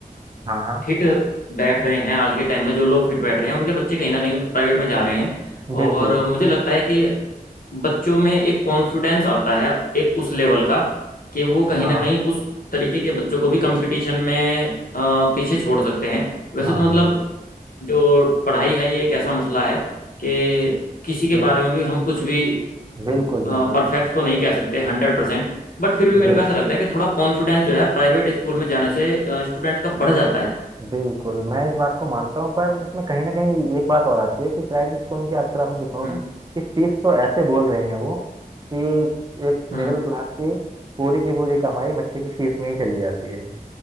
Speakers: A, on the right; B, on the left.
A: हाँ हाँ
B: फिट बैठ रहे हैं आज के टाइम में जो लोग फिट बैठ रहे हैं उनके बच्चे कहीं ना कहीं प्राइवेट में जा रहे हैं
A: बिल्कुल
B: और मुझे लगता है कि बच्चों में एक कॉन्फिडेंस आता है एक उस लेवल का कि वो कहीं
A: हाँ
B: ना कहीं उस तरीके के बच्चों को भी कंपटीशन में अ, पीछे छोड़ सकते हैं वैसे
A: हाँ
B: तो मतलब जो पढ़ाई है ये एक ऐसा मसला है कि किसी के
A: बिल्कुल
B: बारे में भी हम कुछ भी
A: बिल्कुल
B: परफेक्ट
A: बिल्कुल
B: तो नहीं कह सकते हंड्रेड परसेंट बट फिर भी मेरे
A: बिल,
B: को ऐसा लगता है कि थोड़ा कॉन्फिडेंस जो है प्राइवेट स्कूल में जाने से स्टूडेंट का बढ़ जाता है
A: बिल्कुल मैं इस बात को मानता हूँ पर इसमें कहीं ना कहीं एक बात और आती है कि प्राइवेट स्कूल में क्या आजकल आपने देखा होगा
B: हम्म
A: कि फीस तो ऐसे बोल रहे हैं वो कि एक
B: हम्म
A: मिडिल क्लास की पूरी की पूरी कमाई बच्चे की फीस में ही चली जाती है